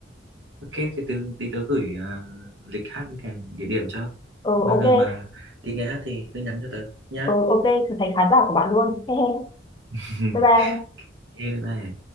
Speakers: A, on the right; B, on the left.
A: ok thì từ tí tớ gửi ờ, lịch hát với cả địa điểm cho
B: ừ
A: bao
B: ok
A: giờ mà đi nghe hát thì cứ nhắn cho tớ nhá
B: ừ ok trở thành khán giả của bạn luôn <laughs> he he
A: <laughs>
B: bye bye
A: ok bye bye